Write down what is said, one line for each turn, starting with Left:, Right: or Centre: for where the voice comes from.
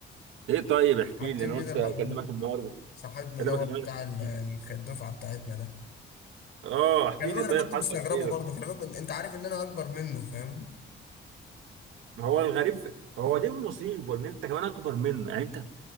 Right: ايه طيب احكي
Left: على التيم
Right: لي انا
Left: ليدر
Right: قلت
Left: محمود
Right: اكلمك النهارده
Left: صاحبنا
Right: اكلمك
Left: دوت
Right: النهارده
Left: بتاع
Right: احكي
Left: ال- الخ-
Right: لي
Left: الدفعه بتاعتنا ده
Right: اه احكي
Left: خلي بالك
Right: لي
Left: انا
Right: طيب
Left: كنت مستغربه
Right: حصل ايه
Left: برضه خلي بالك من- انت عارف ان انا اكبر منه فاهمني
Right: ما هو الغريب في... هو دي المصيبه ان انت كمان اكبر منه يعني انت